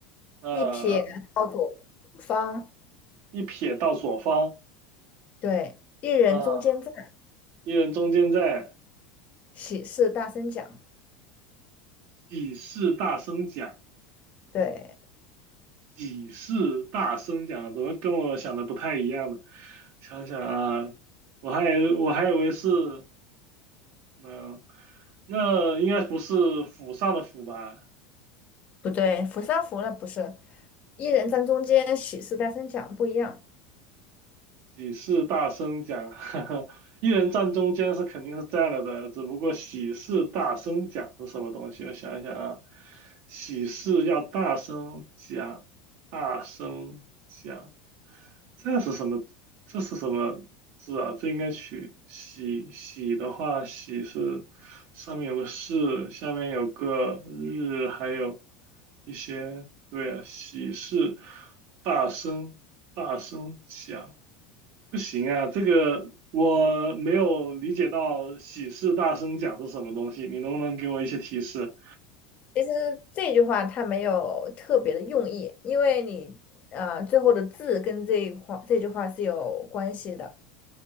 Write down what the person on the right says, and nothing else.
呃，
一撇到左方。
嗯，一人中间在
喜事大声讲，
喜事大声讲，怎么跟我想的不太一样呢？想想啊，我还以为我还以为是，嗯、那应该不是府上的府吧？
喜事大声讲，<laughs> 哈哈，一人站中间是肯定是占了的，只不过喜事大声讲是什么东西？我想一想啊，喜事要大声讲，大声讲，这是什么？这是什么字啊？这应该取喜喜的话，喜是上面有个士，下面有个日，还有一些，对啊，喜事大声大声讲。不行啊，这个我没有理解到喜事大声讲是什么东西，你能不能给我一些提示？